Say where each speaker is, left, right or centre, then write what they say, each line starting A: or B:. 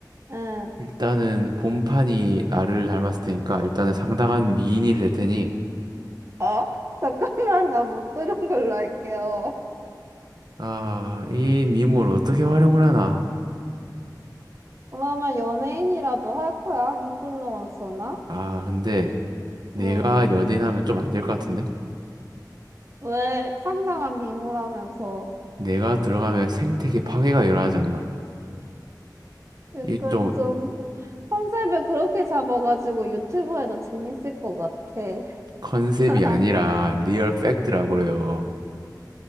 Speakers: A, on the right; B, on the right.
A: 응.
B: 일단은 본판이 나를 닮았을 테니까 일단은 상당한 미인이 될 테니
A: 어? 잠깐만, 나 못 들은 걸로 할게요.
B: 아, 이 미모를 어떻게 활용을 하나?
A: 그러면 연예인이라도 할 거야? 인플루언서나?
B: 아, 근데 내가
A: 음,
B: 연예인하면 좀 안 될 것 같은데?
A: 왜 상당한 미모라면서
B: 내가 들어가면 생태계 파괴가 일어나지 않나?
A: 약간
B: 이 좀
A: 좀 컨셉을 그렇게 잡아가지고 유튜브에도 재밌을 것 같아.
B: 컨셉이
A: <laughs>
B: 아니라 리얼 팩트라고 그래요.